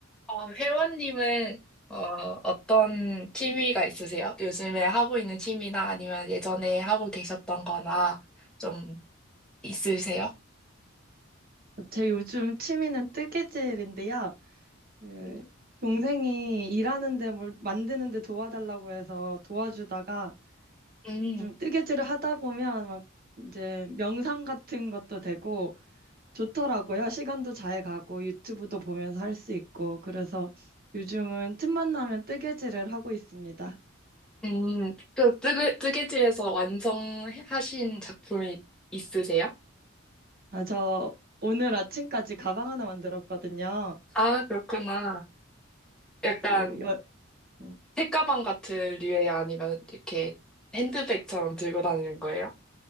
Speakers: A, in the centre; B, on the right (about 45°).
A: 어, 회원님은 어, 어떤 취미가 있으세요? 요즘에 하고 있는 취미나 아니면 예전에 하고 계셨던 거나 좀 있으세요?
B: 제 요즘 취미는 뜨개질인데요. 그 동생이 일하는데 뭘 만드는데 도와달라고 해서 도와주다가
A: 음,
B: 좀 뜨개질을 하다 보면 막 이제 명상 같은 것도 되고 좋더라고요. 시간도 잘 가고 유튜브도 보면서 할 수 있고 그래서 요즘은 틈만 나면 뜨개질을 하고 있습니다.
A: 음, 그 뜨개, 뜨개질에서 완성하신 작품이 있으세요?
B: 아, 저 오늘 아침까지 가방 하나 만들었거든요.
A: 아, 그렇구나. 약간
B: 그 여, 예.
A: 책가방 같은 류예요? 아니면 이렇게 핸드백처럼 들고 다니는 거예요?